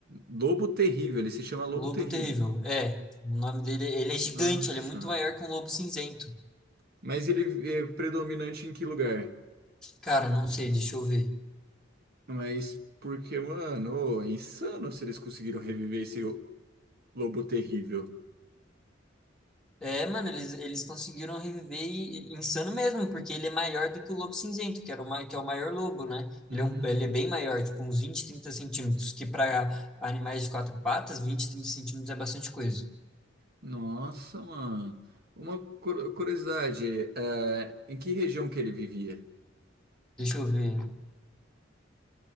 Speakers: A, on the right; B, in the centre.
A: Lobo Terrível? Ele se chama Lobo
B: Lobo
A: Terrível.
B: terrível. É. O nome dele, ele é gigante,
A: Nossa.
B: ele é muito maior que um lobo cinzento.
A: Mas ele é predominante em que lugar?
B: Cara, não sei, deixa eu ver.
A: Mas porque, mano, ô, é insano se eles conseguiram reviver esse Lobo Terrível.
B: É, mano, eles, eles conseguiram reviver e- e- insano mesmo, porque ele é maior do que o lobo cinzento, que era o, ma- que é o maior lobo, né? Ele
A: Hum,
B: é, um, ele é bem maior, tipo uns vinte, trinta centímetros, que para animais de quatro patas, 20, 30 centímetros é bastante coisa.
A: nossa, mano. Uma cu- curiosidade, é, em que região que ele vivia?
B: Deixa eu ver.